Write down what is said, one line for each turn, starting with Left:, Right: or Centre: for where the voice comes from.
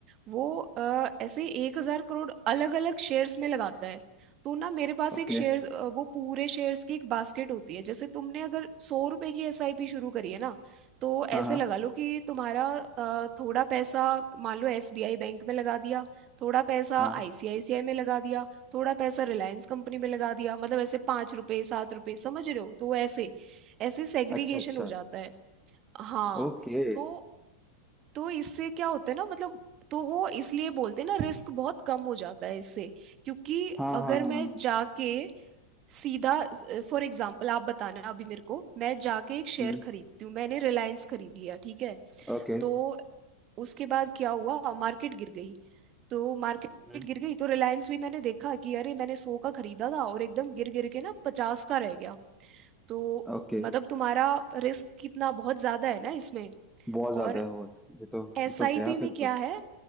Right: वो अ, ऐसे एक हजार करोड़ अलग अलग शेयर्स में लगाता है तो ना मेरे पास
Centre: ओके
Right: एक शेयर वो पूरे शेयर्स की एक बास्केट होती है जैसे तुमने अगर सौ रुपए की एसआईपी शुरू करी है ना तो ऐसे
Centre: हाँ हाँ
Right: लगा लो कि तुम्हारा अ, थोड़ा पैसा मान लो एसबीआई बैंक में लगा दिया थोड़ा पैसा
Centre: हाँ
Right: आईसीआईसीआई में लगा दिया थोड़ा पैसा रिलायंस कंपनी में लगा दिया मतलब ऐसे पाँच रुपए सात रुपए समझ रहे हो तो ऐसे ऐसे सेग्रीगेशन
Centre: अच्छा अच्छा
Right: हो जाता है हाँ
Centre: ओके
Right: तो तो इससे क्या होता है ना मतलब तो वो इसलिए बोलते हैं ना रिस्क बहुत कम हो जाता है इससे क्योंकि
Centre: हाँ
Right: अगर
Centre: हाँ हाँ
Right: मैं
Centre: हाँ,
Right: जाके सीधा फॉर एग्जांपल आप बताना अभी मेरे को मैं जाके एक शेयर
Centre: हम्म
Right: खरीदती हूँ मैंने रिलायंस खरीद लिया ठीक है
Centre: ओके
Right: तो उसके बाद क्या हुआ मार्केट गिर गई तो मार्केट
Centre: हम्म
Right: गिर गई तो रिलायंस भी मैंने देखा कि अरे मैंने सौ का खरीदा था और एकदम गिर गिर के ना पचास का रह गया तो
Centre: ओके
Right: मतलब तुम्हारा रिस्क कितना बहुत ज्यादा है ना इसमें
Centre: बहुत
Right: और
Centre: ज्यादा है और ये तो
Right: एसआईपी
Centre: ये तो गया
Right: में
Centre: फिर तो
Right: क्या है